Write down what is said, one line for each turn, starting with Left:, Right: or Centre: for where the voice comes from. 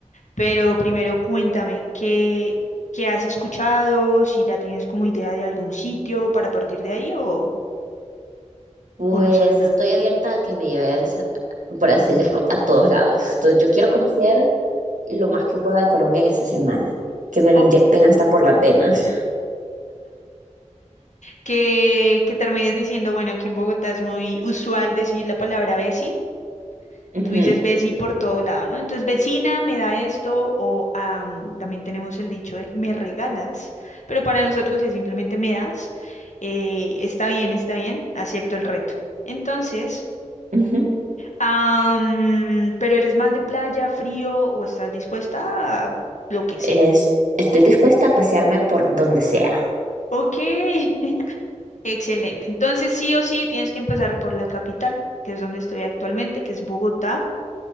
Left: Pero primero cuéntame, ¿qué, qué has escuchado? Si ya tienes como idea de algún sitio para partir de ahí o,
Right: Pues
Left: o no sabes nada.
Right: estoy abierta a que me lleves, por así decirlo, a todos lados. Entonces, yo quiero conocer lo más que pueda de Colombia en esta semana, que me lo
Left: Ok.
Right: inyecten hasta por las venas.
Left: que, que termines diciendo, bueno, aquí en Bogotá es muy usual decir la palabra veci.
Right: Ujú,
Left: Tú dices veci por todo lado, ¿no? Entonces, vecina, me da esto, o ah, mm, también tenemos el dicho de me regalas, pero para nosotros es simplemente me das. Eh, está bien, está bien, acepto el reto. Entonces,
Right: ujú.
Left: am, pero eres más de playa, frío, o estás dispuesta a lo que
Right: Es-
Left: sea.
Right: estoy dispuesta a pasearme por donde sea.
Left: Ok. <laughs> Excelente. Entonces, sí o sí, tienes que empezar por la capital, que es donde estoy actualmente, que es Bogotá.